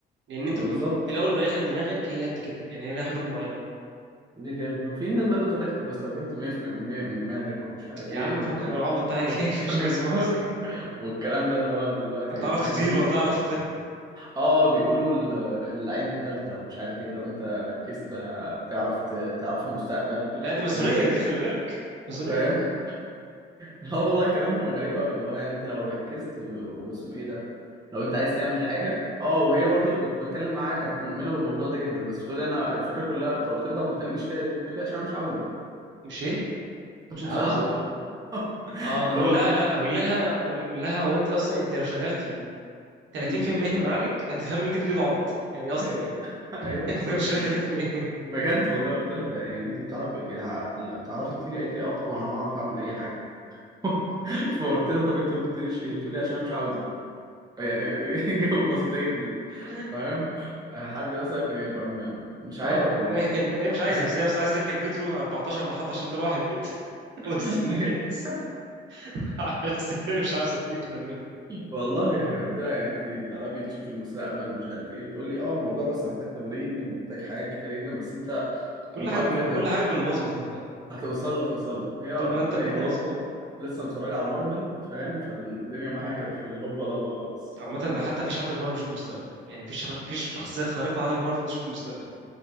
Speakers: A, on the right; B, on the right.
A: لان انت
B: ما بالظبط
A: في في الاول وفي الاخر دماغك هي قد كده يعني هي لها حدود معينه
B: دي كده في الناس بقى اللي تقول لك أنت لو استخدمت 100% من دماغك ومش عارف
A: يا
B: إيه
A: عم
B: و...
A: فكك من العبط ده <laughs>
B: و...
A: مفيش حاجه اسمها
B: <laughs>
A: اصلا كده
B: والكلام ده اللي هو أنت دلوقتي
A: هتعرف
B: إحنا
A: تطير
B: هنبتدي-
A: وهتعرف
B: آه بيقولوا ال- العين التالتة ومش عارف إيه لو أنت ركزت هتعرف ت... تعرف المستقبل
A: لا دي ماسونية
B: وإن أنت
A: دي خلي بالك ماسونية
B: فاهم
A: دي
B: <laughs> لا والله كلامهم غريب قوي اللي هو يعني انت لو ركزت و- واسمه ايه ده لو انت عايز تعمل حاجه اه وهي برضو اللي كنت بتكلم معاها كانت مؤمنه بالموضوع ده جدا بس بتقولي انا الفكره كلها طب قلت لها طب ما بتعمليش كده ليه؟ بتقولي عشان انا مش عاوزه
A: مش ايه
B: <laughs>
A: مش
B: مش
A: عاوزة
B: عاوزه <laughs>
A: اه
B: اللي
A: اقول
B: هو
A: لها لا اقول لها اقول أقول لها هو انت اصلا انت لو شغلتي 30%
B: امم
A: من عقلك هتفهمي ان انت بتقولي
B: ايوه
A: ده
B: <laughs>
A: عبط يعني اصلا
B: ايوه
A: يعني
B: أيوة
A: <laughs>
B: بالظبط
A: محتاجة تشتغلي 30%
B: بجد والله قلت لها ده يعني انت بتعرفي لا بتعرفي تطيري قالت لي اه طبعا انا اعرف اعمل اي حاجه <laughs> فقلت لها طب انت ما بتطيريش ليه؟ بتقولي عشان انا مش عاوزه يعني <laughs> اجابه بسيطه جدا
A: <laughs>
B: فاهم آه، حد مثلا يبقى م... مش
A: اه
B: عارف
A: إن-
B: والله
A: إن هي مش عايزة
B: يعني.
A: بس هي بس عايزة تركب مترو 14 محطة عشان تروح البيت <laughs> وسط
B: <laughs>
A: الناس <laughs> بس هي مش عايزة تطير خلي بالك
B: والله يعني قلت لها يعني انت تعرفي تشوفي المستقبل ومش عارف ايه بتقول لي اه الموضوع بس محتاج تمرين ومحتاج حاجات كتير جدا بس انت
A: كل
B: مؤكد
A: حاجة بم... كل
B: هت-
A: حاجة بالمواظبة تنفع
B: هتوصل له توصل له هي اه
A: طول ما انت
B: فهي
A: بالمواظبة
B: كانت لسه متفرجه على مارفل فاهم فالدنيا معاها كانت في الهوبا لا لا خالص
A: عامة
B: فاهم؟
A: ده حتى مفيش حد في مارفل بيشوف المستقبل يعني مفيش مفيش شخصية خارقة واحدة في مارفل بتشوف المستقبل